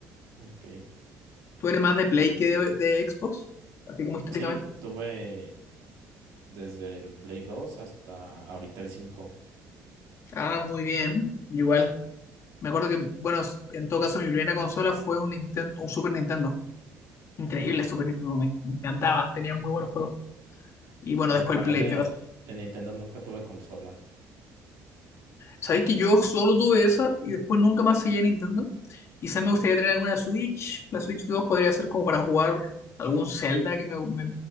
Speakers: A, on the right; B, on the left.
A: Ok.
B: ¿Tú eres más de Play que de, de Xbox? Así como históricamente.
A: Sí, t- tuve desde el Play dos hasta ahorita el 5.
B: Ah, muy bien. Igual. Me acuerdo que, bueno, en todo caso, mi primera consola fue un Nintendo, un Super Nintendo. Increíble,
A: Ok.
B: Super Nintendo. Me, me encantaba. Tenía muy buenos juegos. Y bueno,
A: No,
B: después
A: yo
B: el Ah, Play.
A: de,
B: Me pasó.
A: de Nintendo nunca tuve consola.
B: Sabéis que yo solo tuve esa y después nunca más seguí a Nintendo. Quizá me gustaría tener alguna Switch. La Switch 2 podría ser como para jugar algún Zelda, que me, me-